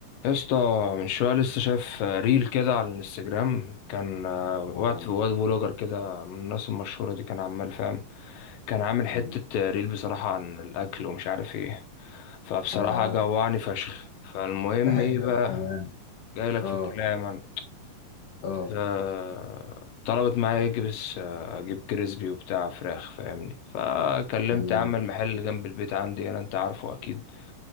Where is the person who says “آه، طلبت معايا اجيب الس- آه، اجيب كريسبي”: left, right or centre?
Left